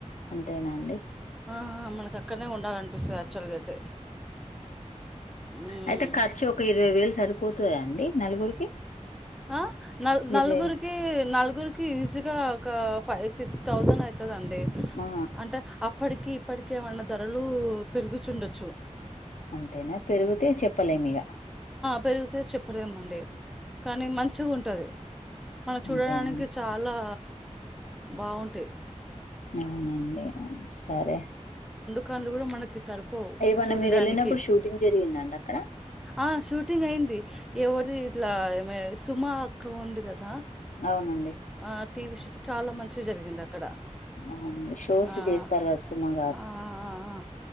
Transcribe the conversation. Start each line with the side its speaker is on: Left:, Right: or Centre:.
Left: అంతేనా అండి
Centre: ఆ మనకు అక్కడనే ఉండాలనిపిస్తుంది యాక్చువల్గా అయితే ఉమ్
Left: అయితే ఖర్చు ఒక ఇరవై వేలు సరిపోతు పోతయా అండి నలుగురికి
Centre: ఆ నల్ నలుగురికి
Left: ఇరవై
Centre: నలుగురికి ఈజీగా ఒక ఫైవ్ సిక్స్ థౌసండ్ అయితే వుతదండి
Left: ఆ
Centre: అంటే అప్ ఇప్పటికిీ ఇప్పటికేమన్న ధరలు పెరుగుచుండొచ్చు
Left: అంతేనా పెరిగితే చెప్పలేం ఇగ
Centre: పెరుగుతే చెప్పలేమండి కానీ మంచిగుంటది మనం చూడడానికి
Left: అంతేనా
Centre: చాలా బాగుంటయి
Left: అవునండి సరే
Centre: కన్లు కూడా మనక్ సరిపోవు
Left: ఏమన్నా
Centre: చూడడానికి
Left: మీరు వెళ్ళినప్పుడు షూటింగ్ జరిగిందండి అక్కడ
Centre: ఆ షూటింగ్ అయింది <unintelligible> ఇట్లా సుమా అక్క ఉంది కదా
Left: అవునండి
Centre: ఆ చాలా మంచిగా జరిగింద క్కడ
Left: అవునండి షోస్
Centre: ఆ ఆ
Left: చేస్తారు కదా సుమ
Centre: ఆ ఆ ఆ ఆ